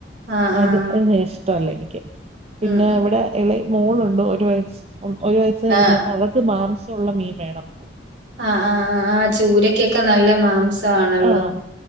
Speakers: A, on the right; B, on the right.
A: ആഹ്
B: അതൊന്നും
A: ആഹ്
B: ഇഷ്ടമല്ല എനിക്ക് പിന്നെ
A: ഉം ഉം
B: ഇവിടെ ഇളേ മോളുണ്ട് ഒരു വയസ് ഒരു വയസ്സ് കഴിഞ്ഞപ്പം
A: ആഹ്
B: അവൾക്ക് മാംസമുള്ള മീൻ വേണം
A: ആഹ് ആഹ് ആഹ് ചൂരക്കൊക്കെ നല്ല മാംസമാണല്ലോ
B: ആഹ്